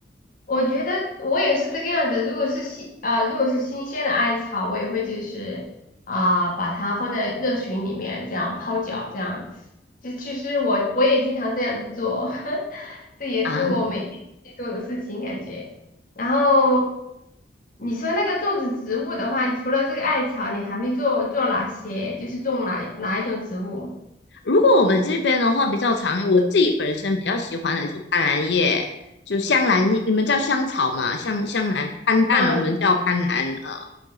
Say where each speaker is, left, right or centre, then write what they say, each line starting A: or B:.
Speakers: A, on the left; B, on the left.
A: 我觉得我也是这个样子。如果是新啊，呃如果是新鲜的艾草，我也会就是啊、把它放在热水里面这样泡脚这样子。就其实我我也经常这样子做，<laughs> 这也是我每天去做的事情感觉。
B: 啊。
A: 然后你说那个种植植物的话，除了这个艾草，你还会做做哪些？就是种哪哪一种植物？
B: 如果我们这边的话比较常，我自己本身比较喜欢的就斑斓叶，就香兰叶你们叫香草嘛？香香兰、斑斓，
A: 嗯，
B: 我们叫斑斓。呃，